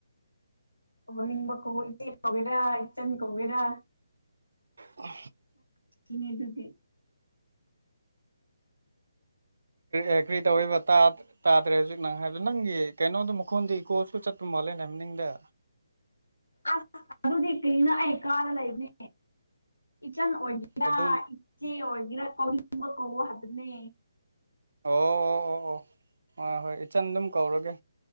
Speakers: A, on the left; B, on the right.
A: ꯑ ꯅꯤꯡꯕ ꯀ ꯏꯆꯦ ꯀꯧꯋꯦꯔꯥ ꯏꯆꯟ ꯀꯧꯋꯦꯔꯥ
B: ꯑ
A: ꯏ ꯑꯗꯨꯗ
B: ꯑꯦꯒ꯭ꯔꯤ ꯇꯧꯕ ꯇꯥꯗ꯭ꯔꯦ ꯍꯧꯖꯤꯛ ꯅꯪ ꯍꯥꯏ ꯑꯗ ꯅꯪꯒꯤ ꯀꯩꯅꯣꯗꯣ ꯃꯈꯣꯟꯗꯤ ꯏꯀꯣꯁꯨ ꯆꯠꯄ ꯃꯥꯜꯂꯦ ꯅꯅꯤꯡꯗ
A: ꯑꯁ ꯀꯅ ꯑꯩ ꯀꯥꯔ ꯂꯩꯅꯦ ꯆꯟ ꯑꯣꯒꯔ
B: ꯑꯗꯨ
A: ꯏꯖꯦ ꯑꯣꯒꯔ ꯀꯧꯕ ꯀꯧ ꯍꯗꯅꯦ
B: ꯑꯣ ꯑꯣ ꯑꯣ ꯑꯣ ꯍꯣꯏ ꯍꯣꯏ ꯏꯆꯟ ꯑꯗꯨꯝ ꯀꯧꯔꯒꯦ